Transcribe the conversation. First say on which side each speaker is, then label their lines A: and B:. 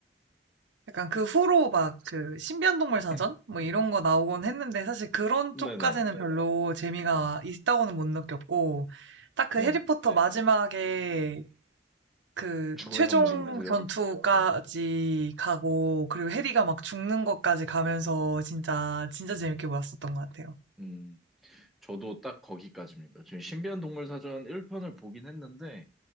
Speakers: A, on the right (about 80°); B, in the centre.
A: 약간 그 후로 막 그 신비한동물 사전
B: <clears throat>
A: 뭐 이런 거 나오곤 했는데 사실 그런
B: 네네.
A: 쪽까지는 별로 재미가 있다고는 못 느꼈고 딱 그
B: 네.
A: 해리포터 네. 마지막에 그
B: 죽음의
A: 최종
B: 성물이 있고요.
A: 전투까지
B: 네.
A: 가고 그리고 해리가 막 죽는 것까지 가면서 진짜 진짜 재밌게 보았었던 것 같아요.
B: 음, 저도 딱 거기까지입니다. 지금 신비한 동물 사전 1편을 보긴 했는데,